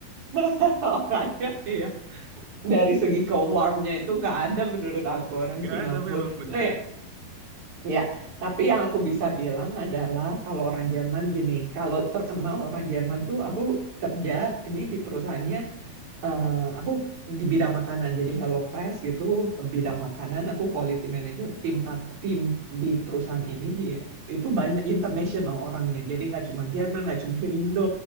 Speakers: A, on the right; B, on the right.
A: <laughs> Orangnya, iya. Dari segi ke warmnya itu nggak ada menurut aku orang
B: Gak
A: Singapura.
B: ada memang bener.
A: Nah, ya, ya. Tapi yang aku bisa bilang adalah kalau orang Jerman gini, kalau terkenal orang Jerman tuh aku kerja ini di perusahaannya eh, aku di bidang makanan, jadi HelloFresh gitu, bidang makanan, aku quality manager tim ak- tim di perusahaan ini di itu banyak international orangnya, jadi nggak cuma Jerman, nggak cuma <laughs> Indo,